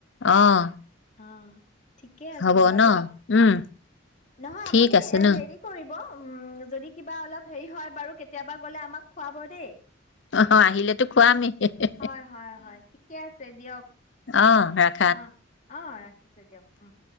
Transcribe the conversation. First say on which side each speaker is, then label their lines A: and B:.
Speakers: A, on the left (about 60°); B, on the left (about 35°).
A: অ'।
B: অ'। ঠিকে আছে
A: হ'ব
B: বাৰু
A: ন
B: হ
A: উম
B: নহয়
A: ঠিক
B: আপুনি
A: আছে
B: হেৰি
A: ন
B: কৰিব উ যদি কিবা অলপ হেৰি হয় বাৰু কেতিয়াবা গ'লে আমাক খোৱাব দেই'।
A: আহ আহিলেতো খোৱামেই হে হে
B: হয় হয় হয় ঠিকে আছে দিয়ক
A: আহ ৰাখ
B: অ, অ ৰাখিছো দিয়ক উম।